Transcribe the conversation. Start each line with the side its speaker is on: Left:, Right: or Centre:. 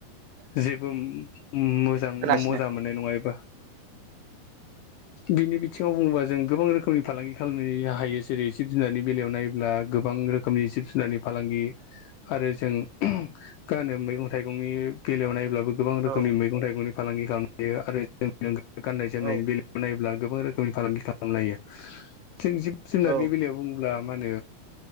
Left: जेबो मोजां
Right: खोनागासिनो
Left: मोजां मोन नाय नङा एबा बिनि बिथिङाव बुङोबा जों गोबां रोखोमनि फालांगि खालामनो हायो जेरै जिब-जुनारनि बेलायाव नायोब्ला गोबां रो खोमनि जिब-जुनारनि फालांगि आरो जों गानो मैगं-थाइगंनि बेलायाव नायब्लाबो गोबां रोखोमनि
Right: औ
Left: मैगं-थाइगंनि फालांगि खालामनो हायो आरो जोंनि गाननाय-जोमनायनि
Right: औ
Left: बेलायावबो नायोब्ला गोबां रोखोमनि फालांगि खालामनो हायो जों जिब-जुनारनि
Right: औ
Left: बेलायाव बुं ब्ला मा होनो